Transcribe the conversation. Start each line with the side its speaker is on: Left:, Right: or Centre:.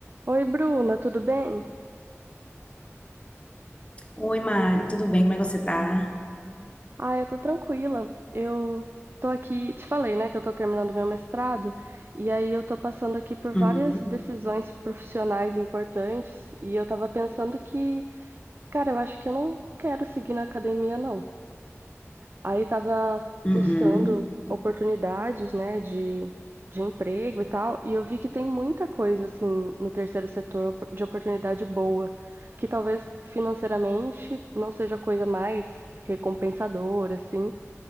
Right: Oi, Bruna, tudo bem?
Left: Oi, Mari, tudo bem? Como é que você tá?
Right: Ah, eu tô tranquila. Eu tô aqui, te falei, né, que eu tô terminando meu mestrado, e aí eu tô passando aqui por várias
Left: Uhum,
Right: decisões profissionais importantes, e eu tava pensando que, cara, eu acho que eu não quero seguir na academia, não. Aí estava
Left: uhum,
Right: buscando oportunidades, né, de, de emprego e tal, e eu vi que tem muita coisa, assim, no terceiro setor opor- de oportunidade boa, que talvez financeiramente não seja a coisa mais recompensadora, assim,